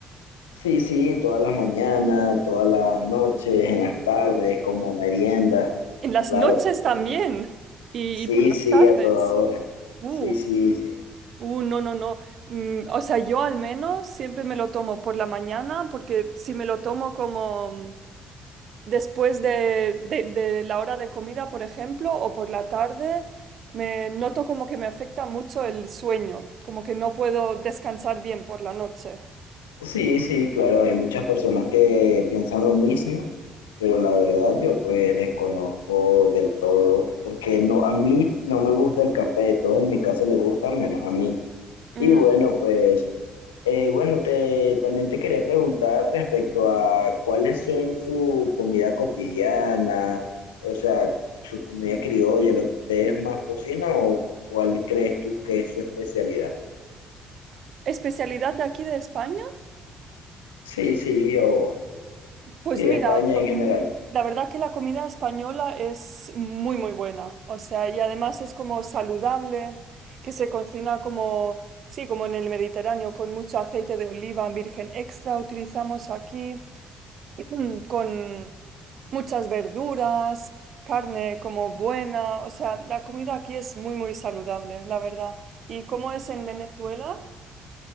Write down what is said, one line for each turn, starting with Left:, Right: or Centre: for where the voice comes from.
Left: Sí, sí, todas las mañanas, todas las noches, en las tardes, como merienda,
Right: en las
Left: claro.
Right: noches también y,
Left: Sí,
Right: y por las
Left: sí,
Right: tardes.
Left: a toda hora.
Right: Uh.
Left: Sí, sí, sí.
Right: Uh, no, no, no. Mm, o sea, yo al menos siempre me lo tomo por la mañana porque si me lo tomo como mm, después de, de- de la hora de comida, por ejemplo, o por la tarde, me noto como que me afecta mucho el sueño, como que no puedo descansar bien por la noche.
Left: Sí, sí, claro, hay muchas personas que piensan lo mismo, pero la verdad yo pues desconozco del todo, porque no, a mí no me gusta el café, todos en mi casa le gustan menos a mí.
Right: Mm.
Left: Y bueno, pues... Eh, bueno, te, también te quería preguntar respecto a cuáles son su comida cotidiana, o sea, su comida criolla, lo que ustedes más cocinan o cuál crees tú que es su especialidad.
Right: ¿Especialidad de aquí de España?
Left: Sí, sí, o
Right: Pues
Left: sí, de
Right: mira,
Left: España en
Right: mm,
Left: general.
Right: la verdad que la comida española es muy, muy buena. O sea, y además es como saludable, que se cocina como, sí, como en el Mediterráneo, con mucho aceite de oliva virgen extra utilizamos aquí, <clears throat> con muchas verduras, carne como buena. O sea, la comida aquí es muy, muy saludable, la verdad. ¿Y cómo es en Venezuela?